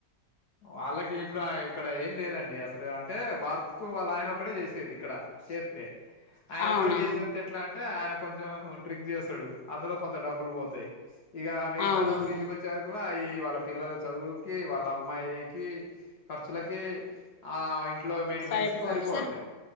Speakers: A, on the left; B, on the left.
A: వాళ్ళకి ఇప్పుడు ఇక్కడ ఏం లేదండి అసలు అంటే వర్క్ వాళ్ళ ఆయన ఒక్కడే చేసేది ఇక్కడ చేత్తే ఆయన
B: అవునా
A: ఒక్కడ్ చేసోస్తే ఎట్లా అంటే ఆయన కొంచెం డ్రింక్ చేస్తాడు. అందులో కొంత డబ్బులు పోతాయి ఇగ మిగతా
B: అవునండి
A: డబ్బులు ఇంటికొచ్చే వర ఈ వాళ్ళ పిల్లల చదువుకి వాళ్ళ మైకి ఖర్చులకి ఆ ఇంట్లో మెయింటెనెన్స్కి
B: సరిపోదు
A: సరిపోవట్లే